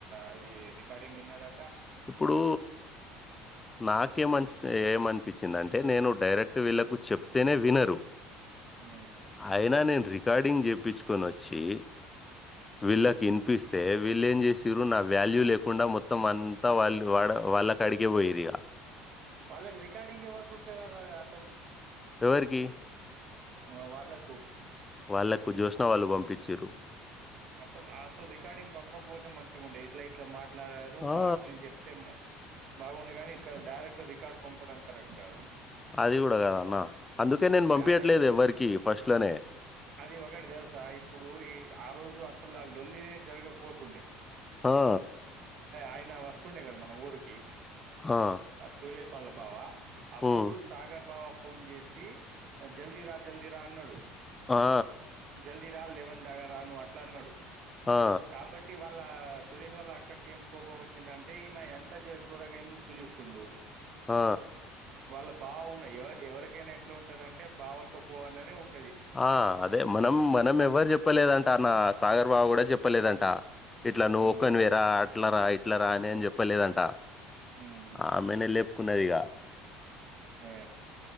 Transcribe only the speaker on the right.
అది రికార్డింగ్ విన్నాడా
ఉమ్
వాళ్ళకి రికార్డింగ్ ఎవరు ప్రపేర్ అలా అసలు
ఆ వాళ్ళకు
అసలు అసలు రికార్డింగ్ పంపకపోతే మంచిగా ఉండే ఎట్లా ఇట్లా మాట్లాడారు
మా అక్క నుంచి చెప్తే బాగుండే కానీ ఇక్కడ డైరెక్ట్ రికార్డు పంపడం కరెక్ట్ కాదు
అసలు
అది ఒకటి తెలుసా ఇప్పుడు ఈ ఆ రోజు అసలు లోల్లిని జరగకపోతుండే
ఆయన వస్తుండే కదా మన ఊరు
సురేశ వాళ్ళ బావ అప్పుడు
సాగర్ బావ ఫోన్ చేసి జల్దీరా జల్దీరా అన్నాడు
జల్దీరా లెవెన్ రా ను అట్లా అన్నాడు
కాబట్టి వాళ్ళ ఇళ సురేష్ వాళ్ళ అక్కకి ఏం కోపం వచ్చిందంటే ఈయన ఎంత త్వరగా ఎందుకు పిలుస్తుండు
వాళ్ళు బావ ఉన్నాయి ఎవ ఎవరికైనా ఎట్లా ఉంటుందంటే బావతో పోవాలనే ఉంట
హ్మ్.
ఉమ్
అ